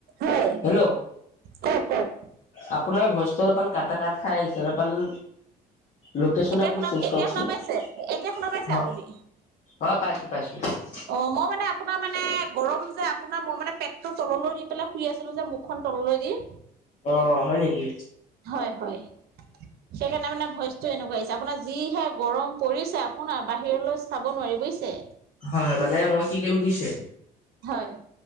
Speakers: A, on the right; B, on the left.
A: হয়।
B: হেল্ল'
A: কওক কওক
B: আপোনাৰ ভয়েচটো অলপমান কাটা কাট খাই আহিছে অলপমান লোকেশন
A: এতিয়া
B: আপুনি
A: শুনা
B: চেঞ্জ
A: এতিয়া
B: কৰকচোন
A: শুনা পাইছে? এতিয়া শুনা পাইছে আপুনি?
B: অ অ পাইছো পাইছো
A: অ মই মানে আপোনাৰ মানে গৰম যে আপোনাৰ মই মানে পেটটোৰ তললৈ দি পেলাই শুই আছিলো যে মুখ খন তললৈ দি
B: অ হয় নেকি
A: হয় হয় সেইকাৰণে মানে ভয়েচ এনেকুৱা আহিছে আপোনাৰ যিহে গৰম পৰিছে আপোনাৰ বাহিৰলৈ চাব নোৱাৰি বুজিছে
B: হয় হয় মানে মই কি কৰিম বুজিছে
A: হয়